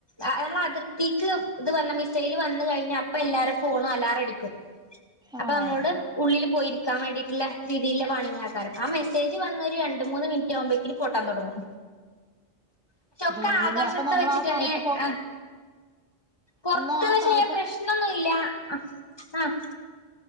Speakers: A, on the left; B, in the centre.
A: ആഹ് നമ്മളെ അതിർത്തിക്ക് ഇത് വന്ന മിസൈൽ വന്ന് കഴിഞ്ഞ അപ്പ എല്ലാര ഫോണും അലാറ അടിക്കും. അപ്പൊ
B: ആഹ്
A: നമ്മളോട് ഉള്ളില് പോയിരിക്കാൻ വേണ്ടീട്ടിള്ള <unintelligible> പണിയുന്ന ആൾക്കാരും ആ മെസ്സേജ് വന്നൊരു രണ്ട്, മൂന്ന് മിനിറ്റ് ആകുമ്പോക്കിനു പൊട്ടാൻ തൊടങ്ങും പക്ഷെ ഒക്കെ
B: ദൈവമേ
A: ആകാശത്ത്
B: അപ്പൊ നമ്മൾ
A: വെച്ചിട്ടന്നെ
B: ആ സമയത്ത് പോ
A: ആഹ് പൊറത്ത്
B: അല്ല ആ
A: പക്ഷേ
B: സമയത്ത്
A: പ്രശ്നൊന്നുല്ല്യാ ആഹ് ആഹ്